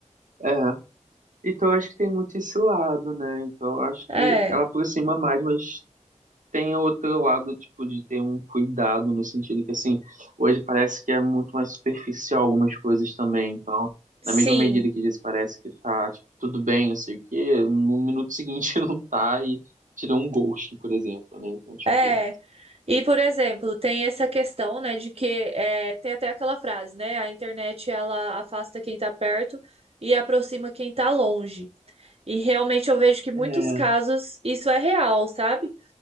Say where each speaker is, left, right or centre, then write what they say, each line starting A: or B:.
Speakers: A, on the right; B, on the right.
A: É, Então, eu acho que tem muito esse lado, né? Então, eu acho
B: É.
A: que ela aproxima mais, mas tem outro lado, tipo, de ter um cuidado no sentido que, assim, hoje parece que é muito mais superficial algumas coisas também. Então,
B: Sim.
A: na mesma medida que às vezes parece que tá, tipo, tudo bem, não sei o quê, no minuto seguinte <laughs> não tá e te dá um ghost, por exemplo, né? Então, tipo,
B: É. E, por exemplo, tem essa questão, né, de que é, tem até aquela frase, né? A internet ela afasta quem tá perto e aproxima quem tá longe. E realmente eu vejo que muitos
A: é,
B: casos isso é real, sabe?